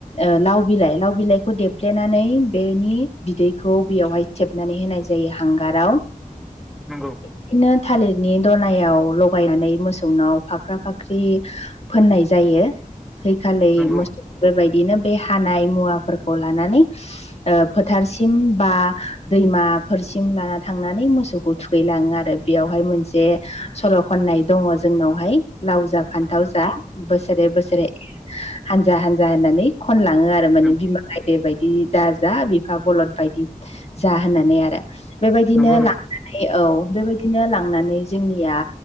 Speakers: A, on the left; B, in the centre.
A: ओ लाव बिलाइ लाव बिलाइखौ देफ्लेनानै बेनि बिदैखौ बेयावहाय थेबनानै होनाय जायो हांगाराव
B: नंगौ
A: बिदिनो थालिरनि दनायाव लगायनानै मोसौनाव फाख्रा फाख्रि फोननाय जायो हैैखालि
B: नंगौ
A: मोसौ बेबायदिनो बे हानाय मुवाफोरखौ लानानै ओ फोथारसिम बा दैमाफोरसिम लाना थांनानै मोसौ खौ थुखैलाङो आरो बेयावहाय मोनसे सल' खननाय दङ जोंनावहाय लाव जा फान्थाव जा बोसोरे बोसोरे हानजा हानजा होननानै खनलाङो आरो माने
B: उम
A: बिमा गायदे बायदि दा जा बिफा बलद बायदि जा होननानै आरो बेबायदिनो
B: नंगौ नंगौ
A: लांनानै औ बेबायदिनो लांनानै जोंनिया